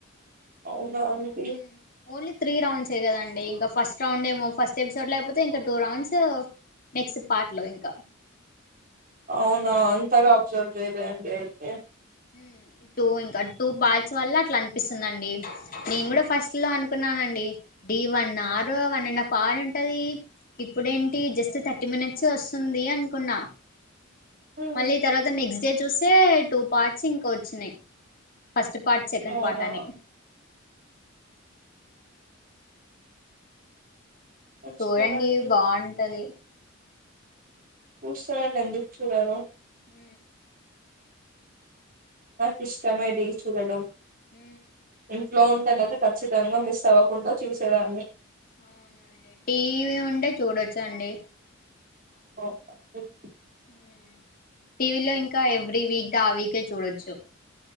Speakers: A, on the right; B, on the left.
A: అవునా అండి
B: ఉ ఓన్లీ త్రీ రౌండ్స్ అంతే కదండి ఇంకా ఫస్ట్ రౌండ్ ఏమో ఫస్ట్ ఎపిసోడ్ లో అయిపోతది ఇంకా టూ రౌండ్స్ నెక్స్ట్ పార్ట్ లో ఇంకా
A: అవునా అంతగా అబ్సర్వ్ చేయలేండి అయితే
B: ఉ ఇప్పుడు ఇంక టూ పార్ట్స్ వల్ల అట్లా అనిపిస్తుందండి నేను కూడా ఫస్ట్ లో అనుకున్నా నండి D one hour one and half hour ఉంటది ఇప్పుడేంటి జస్ట్ థర్టీ మినిట్సె వస్తుంది అనుకున్నా
A: హ్మ్,
B: మళ్ళీ తర్వాత నెక్స్తడే చూస్తే టూ పార్ట్స్ ఇంకా వచ్చినాయి ఫస్ట్ పార్ట్ సెకండ్
A: అవునా
B: పార్టని
A: మర్చిపోయానండి
B: చూడండి బాంటది
A: చూస్తాను ఎందుకు చూడను
B: ఊ
A: నాకిష్టమే డీ చూడడం
B: ఊ
A: ఇంట్లో ఉంటేనైతే ఖచ్చితంగా మిస్ అవ్వకుండ చూసేదాన్ని
B: అవునండి టీవీ ఉంటే చూడొచ్చండి
A: ఓ <unintelligible>
B: ఊ టీవీలో ఇంకా ఎవ్రీ వీక్ ది ఆ వీకే చూడొచ్చు.